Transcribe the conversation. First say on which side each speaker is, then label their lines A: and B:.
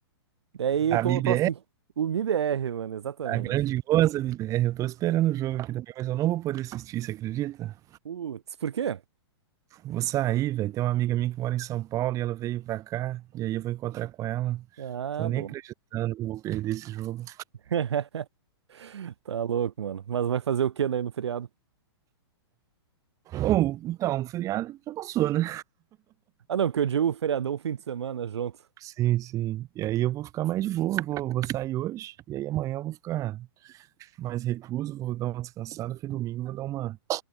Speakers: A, on the right (about 80°); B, on the right (about 25°).
A: Daí
B: A
A: eu tô,
B: MIBR,
A: tô afim. O MIBR, mano, exatamente.
B: a grandiosa MIBR, eu tô esperando
A: Grande.
B: o jogo aqui também, mas eu não vou poder assistir, você acredita?
A: Putz, por quê?
B: Vou sair, velho. Tem uma amiga minha que mora em São Paulo e ela veio pra cá, e aí eu vou encontrar com ela.
A: Ah,
B: Tô nem
A: bom.
B: acreditando que eu vou perder esse jogo.
A: <laughs> Tá louco, mano. Mas vai fazer o quê daí no feriado?
B: Ou, então, o feriado já passou, né?
A: Ah, não, que eu digo feriadão, fim de semana junto.
B: Sim, sim. E aí eu vou ficar mais de boa, vou, vou sair hoje, e aí amanhã eu vou ficar mais recluso, vou dar uma descansada, porque domingo eu vou dar uma